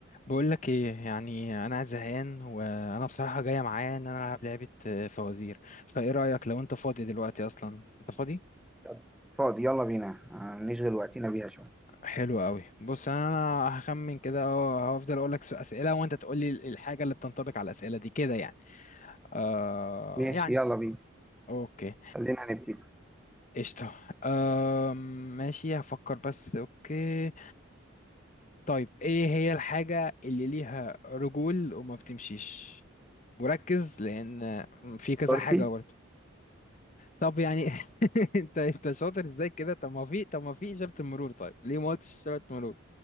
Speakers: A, on the left (about 35°); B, in the centre.
A: بقول لك ايه يعني انا قاعد زهقان وانا بصراحه جايه معايا ان انا العب لعبه آه، فوازير فايه رايك لو انت فاضي دلوقتي اصلا انت فاضي
B: طب فاضي يلا بينا آه، نشغل وقتنا بيها شوية
A: حلو قوي بص انا هخمن كده اه هفضل اقول لك اسئله وانت تقول لي الحاجه اللي بتنطبق على الاسئله دي كده يعني آه
B: ماشي
A: يعني
B: يلا بينا
A: اوكي
B: خلينا نبتدي
A: قشطه آه ماشي هفكر بس اوكي طيب ايه هي الحاجه اللي ليها رجول وما بتمشيش وركز لان في كذا
B: كرسي
A: حاجه برضه طب يعني <laughs> انت انت شاطر ازاي كده طب ما في طب ما في اشاره المرور طيب ليه ما قلتش اشاره مرور